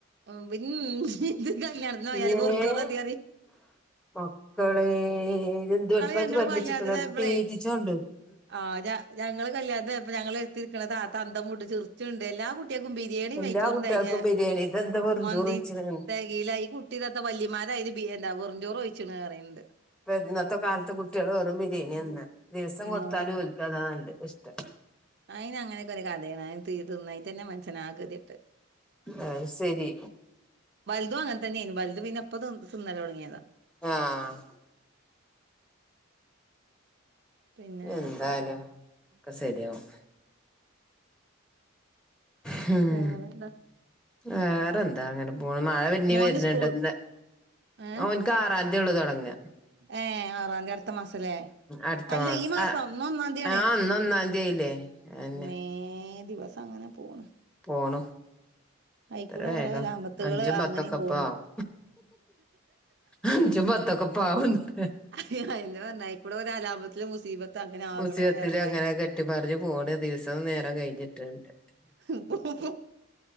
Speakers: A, on the right (about 50°); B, in the centre.
A: ഒ പിൻ ഇത് കല്യാണ് ത്തിന് പോയാല്
B: ഏഹ്
A: വെറുംചോറ് മതിഅറി
B: മക്കളേ ഇതെന്ത് പഠിപ്പ
A: ഞങ്ങള്
B: ഇജ്ജ് പഠിപ്പിച്ചിക്കണത്
A: കല്യാണത്തിന് പോയപ്പളേ
B: തീറ്റച്ചോണ്ട്
A: ആ ഞ ഞങ്ങള് കല്യാണത്തിന് പോയപ്പോ ഞങ്ങള് എര്ത്തിരിക്കണ താത്ത അന്തം വിട്ട് ചിറിച്ചുണ്ട് എല്ലാ കു കുട്ടിയെക്കും ബിരിയാണിയും
B: എല്ലാ
A: നെയ്ചോറും
B: കുട്ടികൾക്കും
A: കയിഞ്ഞ
B: ബിരിയാണി ഇതെന്താ വെറും
A: മന്തി
B: ചോറ് വെയ്ച്ച്ണ്
A: തെകില്ല ഈ കുട് ട്ടിഇതെന്താ വല്യമാരായിരി ബിരി എന്താ വെറുംചോറോയ്ച്ച്ണ് പറയിണ്ട്
B: ഇപ്പൊ ഇന്നത്തെ കാലത്ത് കുട്ടികള് വെറും ബിരിയാണി തിന്നാ ദിവസം
A: പിന്നെ
B: കൊടുത്താലും ഓൾക്കതാ നല്ല ഇഷ്ടം
A: അയിന് അങ്ങനൊക്കെ ഒരു കഥെണ് തീ തിന്നായിട്ടെന്നെ മന്ഷ്യന്ആ ഗതികെട്ടു
B: അഹ് സെരി
A: വലുതും അങ്ങൻതന്നേരുന്നു വലുത് പിന്നെപ്പൊ തി തിന്നല് തൊടങ്ങിയതാ
B: ആഹ്
A: പിന്നെ
B: എന്തായാലും ഒക്കെ സെരിയാവും ഹും
A: വേറെന്താ
B: വേറെന്താ അങ്ങനെ പോണ് മഴ പിന്നി
A: മോന്
B: വരണുണ്ട്
A: സ്കൂൾ
B: എന്താ
A: ഏ
B: ഓൻക് ക്കാറാന്തിയൊള്ളു തൊടങ്ങ
A: ഏ ആറാന്തി അടു ത്ത മാസല്ലേ
B: അടുത്ത
A: അല്ല ഈ മാസം
B: ആഹ്
A: ഇന്ന് ഒന്നാംതിയാണ്
B: ആഹ് ഇന്ന് ഒന്നാംതി ആയില്ലേ അതെന്നെ
A: മ്മേ ദിവസങ്ങനെ പോണ്
B: പോണു
A: അയിക്കൂടെ
B: എത്ര വേഗം
A: ഓരോ അലാമത്തുകള്
B: അഞ്ചുംപത്തൊക്കെ
A: അങ്ങനെയും
B: ഇപ്പം
A: പോണ്
B: ആകും അഞ്ചുംപത്തുഒക്കെ ഇപ്പം ആവുന്ന്
A: അയ്യോ അയന്നെ പറഞ്ഞെ അയ്ക്കൂടെ ഒരു അലാപത്തിലും മുസീബ ത്ത് അങ്ങനെ ആകണ്
B: മുസിയത്തില്
A: വേറെ കാര്യം
B: അങ്ങനെ കെട്ടിപ്പറിഞ്ഞ് പോണ് ദിവസവും നേരം കഴിഞ്ഞിട്ടുണ്ട്
A: <unintelligible>